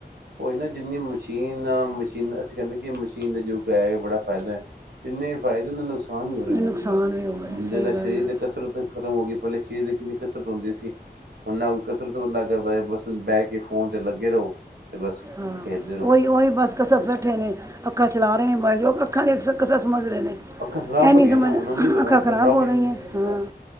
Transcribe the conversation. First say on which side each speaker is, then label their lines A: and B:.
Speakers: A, on the right; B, on the right.
A: ਉਹਈ ਨਾ ਜਿੰਨੀ ਮਸ਼ੀਨ ਮਸ਼ੀਨਾਂ ਅਸੀਂ ਕਹਿੰਦੇ ਕਿ ਮਸ਼ੀਨ ਦਾ ਯੁੱਗ ਹੈ ਬੜਾ ਫਾਇਦਾ ਹੈ ਜਿੰਨੇ ਫਾਇਦੇ ਉਹ ਦਾ ਨੁਕਸਾਨ ਨੁਕਸਾਨ ਹੀ ਹੋ ਰਿਹਾ
B: ਇਹ ਨੁਕਸਾਨ
A: ਦੇ ਨਾਲ
B: ਵੀ ਹੋ ਗਿਆ
A: ਬੰਦੇ
B: ਸਹੀ
A: ਦਾ
B: ਗੱਲ
A: ਸਰੀਰ
B: ਹੈ
A: ਦੇ ਕਸਰਤ ਖਤਮ ਹੋ ਗਈ ਪਹਿਲੇ ਸਰੀਰ ਦੀ ਕਿੰਨੀ ਕਸਰਤ ਹੁੰਦੀ ਸੀ ਓਨਾ ਕੋਈ ਕਸਰਤ ਬੰਦਾ ਕਰਦਾ ਹੈ ਬਸ ਬਹਿ ਕੇ ਫੋਨ ਤੇ ਲੱਗੇ ਰਹੋ ਤੇ ਬਸ
B: ਹਾਂ
A: ਖੇਡਦੇ ਰਹੋ
B: ਉਹੀ ਉਹੀ ਬਸ ਕਸਰਤ ਬੈਠੇ ਨੇ ਅੱਖਾਂ ਚਲਾ ਰਹੇ ਨੇ ਮ ਉਹ ਅੱਖਾਂ ਦੀ ਕਸਰਤ ਸਮਝ ਰਹੇ ਨੇ
A: ਅੱਖਾਂ ਖ਼ਰਾਬ
B: ਹੈਨੀ
A: ਹੋ ਰਹੀਆਂ
B: ਸਮਝ
A: ਨਾ ਉਹਨਾਂ ਨੂੰ ਨਹੀਂ ਪਤਾ
B: ਅੱਖਾਂ
A: ਨਾ
B: ਖਰਾਬ
A: ਖ਼ਰਾਬ
B: ਹੋ
A: ਜਾਂਦੀਆਂ
B: ਰਹੀਆਂ ਹਾਂ
A: ਬਸ